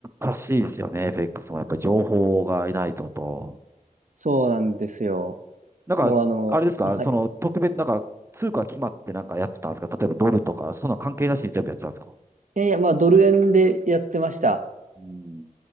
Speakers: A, on the right; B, on the right.
A: 難しいですよね、FX も。やっぱり情報がいないとと。
B: そうなんですよ。
A: なんか、
B: もうあの、
A: あれですか、
B: あはい。
A: その特別、なんか通貨決まってなんかやってたんですか例えばドルとか、そんな関係なしに全部やってたんですか
B: いやいや、まあドル円でやってました。
A: うん。